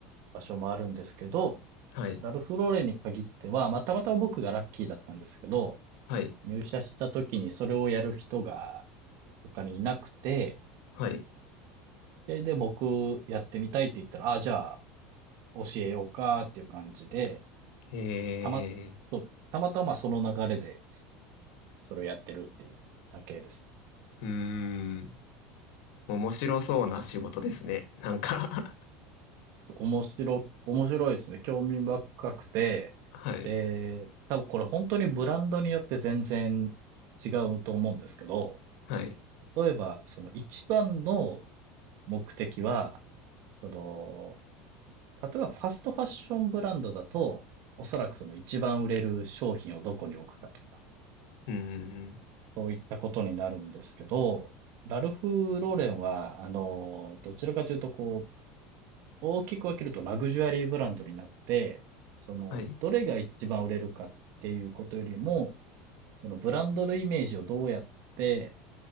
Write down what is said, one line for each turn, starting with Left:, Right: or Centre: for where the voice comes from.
Right: 場所もあるんですけど、
Left: はい。
Right: ラルフローレンに限っては、まあたまたま僕がラッキーだったんですけど、
Left: はい。
Right: 入社した時にそれをやる人が他にいなくて、
Left: はい。
Right: それで、僕やってみたいって言ったら、ああ、じゃあ教えようかっていう感じで、
Left: え
Right: たま、そうです。たまたまその流れでそれをやってるっていうだけですね。
Left: ー。うーん。面白そうな仕事ですね。なんか
Right: 面白、面白いですね。興味深くて、
Left: <laughs> はい。
Right: で、多分これ本当にブランドによって全然違うと思うんですけど、
Left: はい。
Right: 例えば、その一番の目的は、その、例えばファストファッションブランドだと、おそらくその一番売れる商品をどこに置くかとか、
Left: うーん。
Right: そういったことになるんですけど、ラルフ・ローレンは、あの、どちらかというと、こう、大きく分けるとラグジュアリーブランドになって、その、
Left: はい。
Right: どれが一番売れるかっていうことよりも、そのブランドのイメージをどうやって